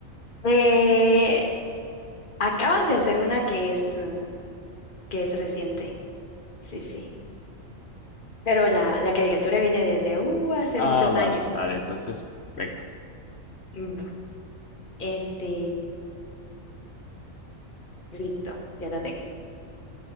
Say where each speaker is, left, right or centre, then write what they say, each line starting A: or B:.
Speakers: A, on the left; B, on the left.
A: Eh, acaban de hacer una que es, eh, que es reciente. Sí, sí. Pero la, la caricatura viene desde uh, hace
B: Ah,
A: muchos
B: vale.
A: años.
B: Vale, entonces, venga.
A: Mm, Este, listo, ya la tengo.